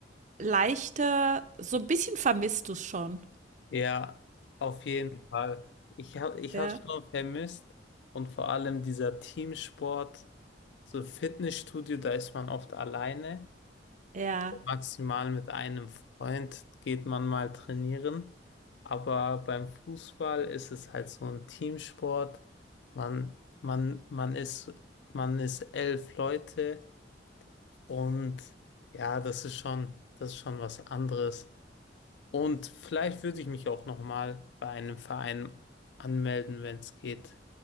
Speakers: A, on the right (about 45°); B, on the left (about 70°).
A: leichte, so ein bisschen vermisst du es schon.
B: ja, auf jeden Fall. Ich habe ich
A: Ja,
B: hab's schon vermisst und vor allem dieser Teamsport, so Fitnessstudio, da ist man oft alleine.
A: ja.
B: Maximal mit einem Freund geht man mal trainieren. Aber beim Fußball ist es halt so ein Teamsport. Man, man, man ist, man ist elf Leute. Und ja, das ist schon, das ist schon was anderes. Und vielleicht würde ich mich auch noch mal bei einem Verein anmelden, wenn es geht.